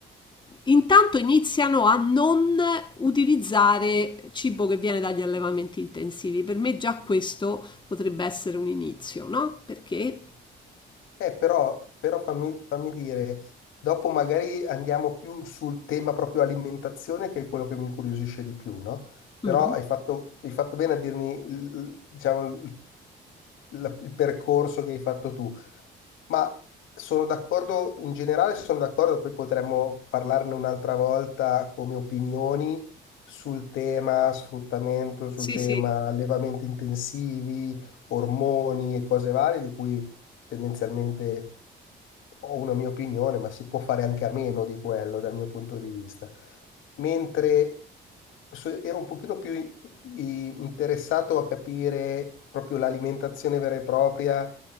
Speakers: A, on the left; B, on the left.
A: intanto iniziano a non utilizzare cibo che viene dagli allevamenti intensivi. Per me già questo potrebbe essere un inizio, no? Perché?
B: Eh, però, però fammi, fammi dire, dopo magari andiamo più sul tema proprio alimentazione, che è quello che mi incuriosisce di più, no? Però
A: Mhm.
B: hai fatto, hai fatto bene a dirmi, il- il- diciamo, il il- il percorso che hai fatto tu. Ma sono d'accordo, in generale sono d'accordo, poi potremmo parlarne un'altra volta come opinioni sul tema sfruttamento, sul
A: Sì,
B: tema
A: sì,
B: allevamenti intensivi, ormoni e cose varie, di cui tendenzialmente ho una mia opinione, ma si può fare anche a meno di quello dal mio punto di vista mentre so- ero un pochino più in- i- interessato a capire proprio l'alimentazione vera e propria